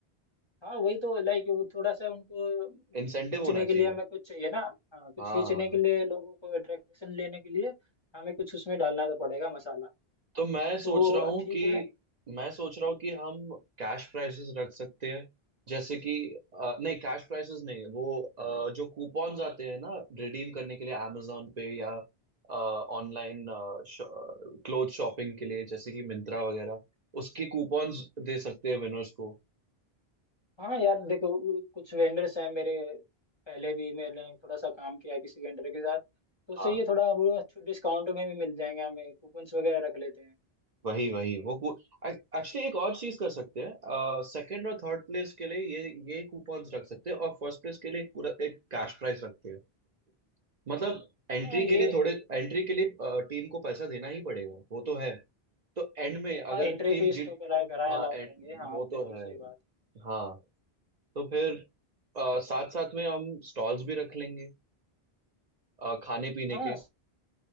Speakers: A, on the left; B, on the right.
A: हाँ वही तो लाइक वो थोड़ा सा उनको
B: इंसेंटिव
A: खींचने
B: होना
A: के
B: चाहिए
A: लिए हमें कुछ चाहिए ना हाँ कुछ
B: हाँ
A: खींचने
B: हाँ हाँ।
A: के लिए लोगों को अट्रैक्शन लेने के लिए हमें कुछ उसमें डालना तो पड़ेगा मसाला
B: तो मैं सोच
A: तो
B: रहा हूँ
A: ठीक
B: कि
A: है
B: मैं सोच रहा हूँ कि हम कैश प्राइसेस रख सकते हैं जैसे कि अ, नहीं कैश प्राइसेस नहीं वो अ, जो कूपन्स आते हैं ना रिडीम करने के लिए amazon पे या ऑनलाइन क्लोथ शॉपिंग के लिए जैसे कि मिंत्रा वगैरह उसके कूपन्स दे सकते हैं विनर्स को
A: हाँ यार देखो कुछ वेंडर्स हैं मेरे पहले भी मैंने थोड़ा सा काम किया है किसी वेंडर के साथ तो सही
B: हाँ
A: है थोड़ा वो डिस्काउंट में भी मिल जाएंगे हमें कूपन्स वगैरह रख लेते हैं
B: वही वही वो एक्चुअली एक और चीज कर सकते हैं सेकंड और थर्ड प्लेस के लिए ये ये कूपन्स रख सकते हैं और फर्स्ट प्लेस के लिए एक पूरा एक कैश प्राइस रखते हैं मतलब एंट्री
A: हाँ ये
B: के लिए थोड़े एंट्री के लिए टीम को पैसा देना ही पड़ेगा वो तो है तो एंड में अगर
A: हाँ एंट्री
B: टीम
A: फीस
B: जीत
A: तो करा कराया
B: हाँ
A: अलाउ
B: एंड
A: करेंगे हाँ
B: वो
A: बिल्कुल
B: तो है
A: सही बात
B: हाँ तो फिर साथ साथ में हम स्टॉल्स भी रख लेंगे अ, खाने पीने
A: हाँ
B: के